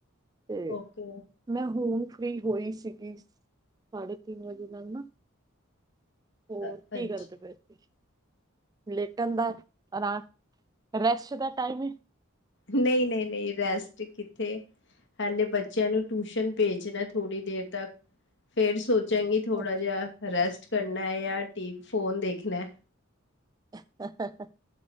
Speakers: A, on the right; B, on the left.
A: ਤੇ
B: ਓਕੇ
A: ਮੈਂ ਹੁਣ ਫਰੀ ਹੋਈ ਸੀਗੀ ਸਾਢੇ ਤਿੰਨ ਵਜੇ ਨਾਲ ਨਾ, ਹੋਰ
B: ਅ-
A: ਕੀ
B: ਅੱਛਾ
A: ਕਰਦੇ ਪਏ ਸੀ? ਲੇਟਣ ਦਾ ਆਰਾਮ ਰੈਸਟ ਦਾ ਟਾਈਮ ਏ
B: ਨਹੀਂ-ਨਹੀਂ-ਨਹੀਂ ਰੈਸਟ ਕੀਤੀ। ਹੇ ਹਲੇ ਬੱਚਿਆਂ ਨੂੰ ਟਿਊਸ਼ਨ ਭੇਜਣਾ ਥੋੜ੍ਹੀ ਦੇਰ ਤੱਕ, ਫੇਰ ਸੋਚ ਚੰਗੀ ਥੋੜਾ
A: ਅੱਛਾ
B: ਜਿਹਾ
A: ਅੱਛਾ,
B: ਰੈਸਟ ਕਰਨਾ ਜਾਂ ਫੋਨ ਦੇਖਣਾ।
A: ਹਾਹਾਹਾਹਾ